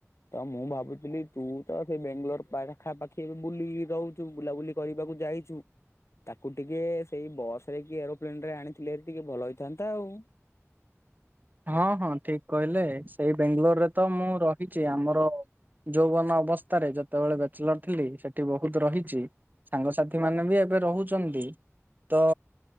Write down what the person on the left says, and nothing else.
ତ ମୁଁ ଭାବୁଥିଲି ତୁ ତ ସେଇ ବାେଙ୍ଗାଲୋର ପାଖାପାଖି ଏ ବୁଲି ରହୁଛୁ ବୁଲାବୁଲି କରିବାକୁ ଯାଇଛୁ ତାକୁ ଟିକେ ସେଇ ବସ ରେ କି ଏରୋ ପ୍ଲେନ୍ରରେ ଆଣିଥିଲେ ହେରୀ ଟିକେ ଭଲ ହେଇଥାନ୍ତା ଆଉ।